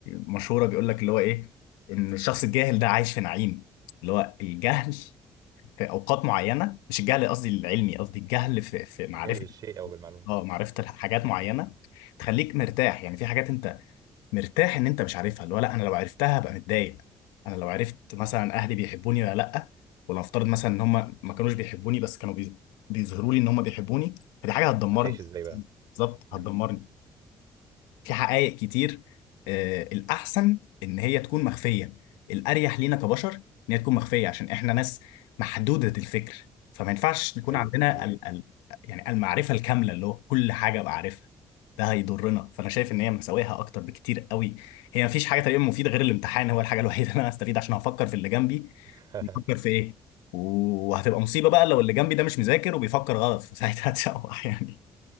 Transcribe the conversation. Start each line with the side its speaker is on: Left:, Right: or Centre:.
Left: مشهورة بيقول لك اللي هو ايه ان الشخص الجاهل ده عايش في نعيم اللي هو الجهل في اوقات معينة مش الجهل قصدي العلمي قصدي الجهل في في معرفة
Right: نجلب الشيء او بالمعلومه
Left: اه معرفة حاجات معينة تخليك مرتاح يعني في حاجات انت مرتاح ان انت مش عارفها اللي هو لا انا لو عرفتها هبقى متضايق انا لو عرفت مثلا اهلي بيحبوني ولا لا ولو افترض مثلا ان هم ما كانوش بيحبوني بس كانوا بيظ- بيظهروا لي ان هم بيحبوني فدي حاجة هتدمرني
Right: هتعيش ازاي بقى
Left: بالظبط
Right: مم.
Left: هتدمرني في حقائق كتير آه، الأحسن إن هي تكون مخفية الأريح لينا كبشر إن هي تكون مخفية عشان إحنا ناس محدودة الفكر فما ينفعش
Right: صحيح
Left: نكون عندنا
Right: صحيح
Left: ال ال يعني المعرفة الكاملة اللي هو كل حاجة بعرفها ده هيضرنا فأنا شايف إن هي مساويها أكتر بكتير قوي هي مفيش حاجة تقريبا مفيدة غير الامتحان هو الحاجة <laughs> الوحيدة اللي أنا هستفيد عشان هفكر في اللي جنبي
Right: <laughs>
Left: بيفكر في إيه وهتبقى مصيبة بقى لو اللي جنبي ده مش مذاكر وبيفكر غلط فساعتها <laughs> هتشوح يعني